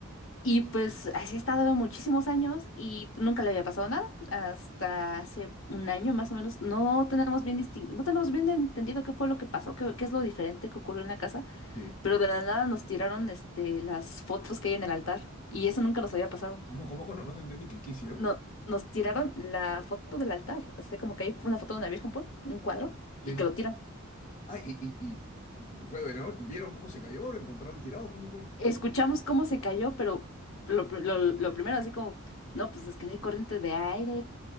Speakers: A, on the left; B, on the left.
A: Y pues así he estado muchísimos años y nunca le había pasado nada. Hasta hace un año más o menos. No tenemos bien distin- no tenemos bien entendido qué fue lo que pasó, qué, qué es lo diferente que ocurrió en la casa,
B: sí.
A: pero de la nada nos tiraron este, las fotos que hay en el altar. Y eso nunca nos había pasado.
B: ¿Cómo, cómo, cómo? No te entendí. ¿Qué, qué hicieron?
A: No, nos tiraron la foto del altar. O sea, como que hay una foto de una virgen, pon, un cuadro,
B: Sí.
A: y que lo tiran.
B: Ah, y, y, y fue de ¿Vieron cómo se cayó? ¿Lo encontraron tirado? ¿Cómo fue?
A: Escuchamos cómo se cayó, pero lo, pr- lo- lo primero, así como, no, pues es que no hay corriente de aire,